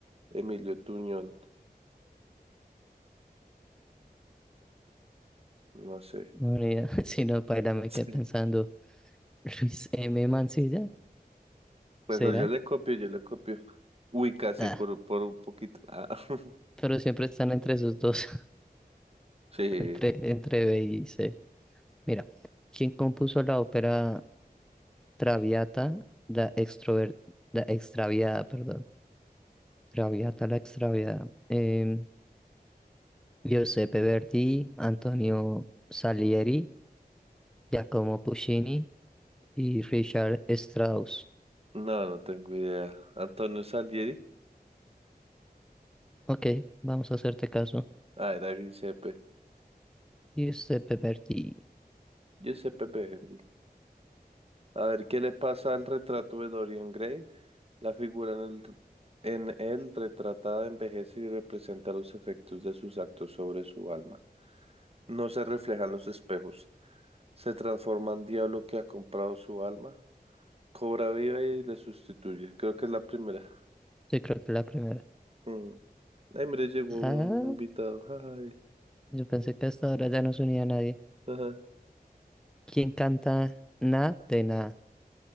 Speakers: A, on the right (about 40°); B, in the centre.
A: Emilio Tuñón. No sé.
B: No, ni idea. <laughs> si no, para me
A: <laughs>
B: quedé pensando. Luis M. Mancilla,
A: Pues
B: ¿será?
A: yo le copio, yo le copio. Uy, casi
B: Ah,
A: por, por un poquito. Ah, <laughs>
B: pero siempre están entre sus dos,
A: sí,
B: <laughs> entre, entre B y C. Mira, ¿quién compuso la ópera Traviata, la extrover, la extraviada, perdón? Traviata, la extraviada. Em, Giuseppe Verdi, Antonio Salieri, Giacomo Puccini y Richard Strauss.
A: no, no tengo idea. Antonio Salieri.
B: Ok, vamos a hacerte caso.
A: Ah, era Giuseppe.
B: Giuseppe Verdi.
A: Giuseppe Verdi. A ver, ¿qué le pasa al retrato de Dorian Gray? La figura en el, en él retratada envejece y representa los efectos de sus actos sobre su alma. No se reflejan los espejos. Se transforma en diablo que ha comprado su alma. Cobra vida y le sustituye. Creo que es la primera.
B: Sí, creo que la primera.
A: Mm. Ay, mire, llegó
B: Ah,
A: un invitado. Ay,
B: yo pensé que hasta ahora ya no se unía a nadie.
A: ajá.
B: ¿Quién canta Nada de nada?